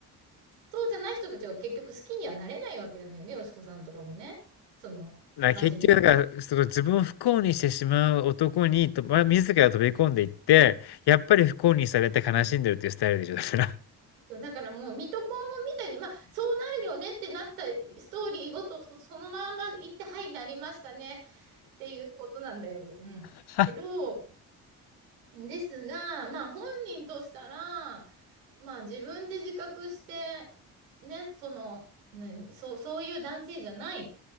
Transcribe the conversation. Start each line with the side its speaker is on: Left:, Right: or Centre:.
Right: そうじゃない人たちは結局好きにはなれないわけなんだよね、よしこさんとかもね。その、
Left: な、
Right: 真面目で。
Left: 結局、だから、その自分を不幸にしてしまう男に、と、ま、自ら飛び込んでいって、やっぱり不幸にされて悲しんでるっていうスタイルでしょ、だから。
Right: そうだからもう、水戸黄門みたいに、まあ、そうなるよねってなったストーリーごと、そそのまま行って、はい、なりましたねっていうことなんだよ。うん。
Left: <laughs>
Right: けど、ですが、まあ本人としたら、まあ自分で自覚して、ね、その、ね、そう、そういう男性じゃない、